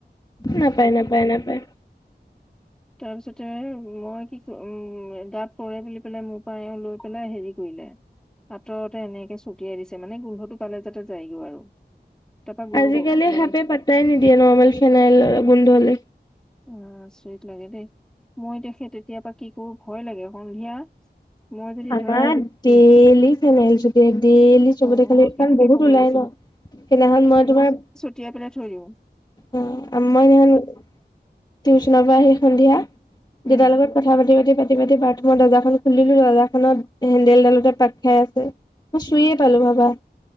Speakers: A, on the left (about 25°); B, in the centre.
A: নাপায় নাপায় নাপায়
B: তাৰ পিছতে মই কি উম গাত পৰে বুলি পেলাই মোৰ পা এওঁ লৈ পেলাই হেৰি কৰিলে আঁতৰতে এনেকে ছটিয়াই দিছে মানে গোন্ধটো পালে যাতে যায়গৈ আৰু তাৰপা গ'লগৈ
A: আজিকালি সাপে পাতাই নিদিয়ে নৰ্মেল ফেনাইলৰে গোন্ধ লৈ
B: অ আচৰিত লাগে দেই মই দেখে তেতিয়া পা কি কৰো ভয় লাগে সন্ধিয়া মই যদি
A: আমাৰ
B: ধৰা
A: দেইলি ফেনাইল চতিয়াই দেইল লি চবতে
B: অ
A: খালি
B: মই সেইটোকে
A: কাৰণ বহুত
B: কব
A: ওলাই
B: ওলাইছিলো
A: ন সেইদিনাখন মই তোমাৰ
B: তিয়াই পেলাই থৈ দিও
A: অ আ মই হেইনাখন টিউচনৰ পৰা আহি সন্ধিয়া
B: উম
A: দেতাৰ লগত কথা পাতি পাতি পাতি পাতি বাথৰুমৰ দৰ্জা খুলিলো দৰ্জাখনত হেন্দেলডালতে পাক খাই আছে মই চুইয়ে পালো ভাবা